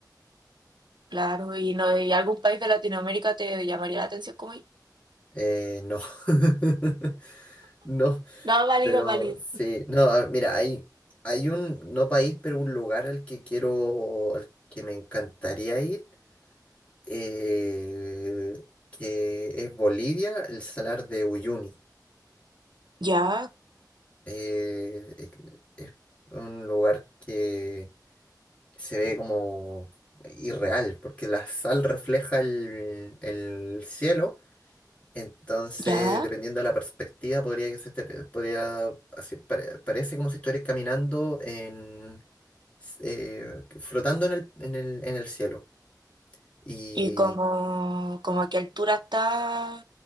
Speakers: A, on the right; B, on the left.
A: Claro, y no, y algún país de Latinoamérica te llamaría la atención como ir?
B: eh, no. <laughs> No,
A: no, válido,
B: pero
A: válido.
B: sí, no, a- mira, hay, hay un, no país, pero un lugar al que quiero, al que me encantaría ir, eh, que es Bolivia, el Salar de Uyuni.
A: Ya,
B: Eh, es es un lugar que se ve como irreal, porque la sal refleja el, el cielo, entonces
A: ya.
B: dependiendo de la perspectiva podría que se te- podría así, pare- parece como si estuvieras caminando en eh, flotando en el, en el, en el cielo. Y
A: ¿Y como, como a qué altura está